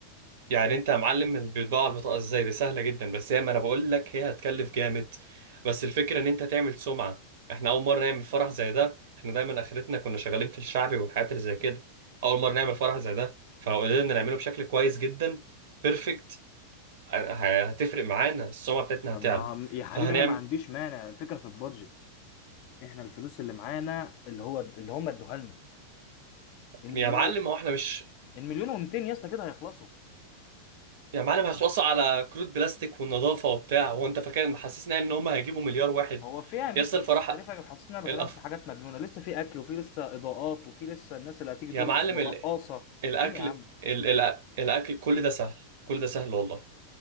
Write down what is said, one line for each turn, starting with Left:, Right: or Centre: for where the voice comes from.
Right: يعني انت يا معلم بيطبعوا على البطاقه ازاي دي سهله جدا بس هي ما انا بقول لك هي هتكلف جامد بس الفكره ان انت تعمل سمعه احنا اول مره نعمل فرح زي ده احنا دايما اخرتنا كنا شغالين في الشعبي والحاجات اللي زي كده اول مره نعمل فرح زي ده فلو قدرنا نعمله بشكل كويس جدا بيرفكت هتفرق معانا السمعه بتاعتنا
Left: طب
Right: هتعلى
Left: ما يا حبيبي
Right: فهنعمل
Left: انا ما عنديش مانع الفكرة في البادجت احنا الفلوس اللي معانا اللي هو اللي هم ادوها لنا المليار
Right: يا معلم
Left: و-
Right: هو احنا مش
Left: المليون و200 يا اسطى كده هيخلصوا
Right: يا معلم هيخلصوا على كروت بلاستيك والنظافة وبتاع هو انت فاكر محسسنا يعني ان هم هيجيبوا مليار واحد
Left: هو فيها مش
Right: يا اسطى
Left: مش
Right: الفراح
Left: انت ليه فاكر حاسس ان انا بكلمك
Right: الأف
Left: في حاجات مجنونه لسه في اكل وفي لسه اضاءات وفي لسه الناس اللي هتيجي
Right: يا
Left: ترقص
Right: معلم
Left: والرقاصه
Right: ال... الاكل
Left: ليه يا عم
Right: ال... ال... الاكل كل ده سهل كل ده سهل والله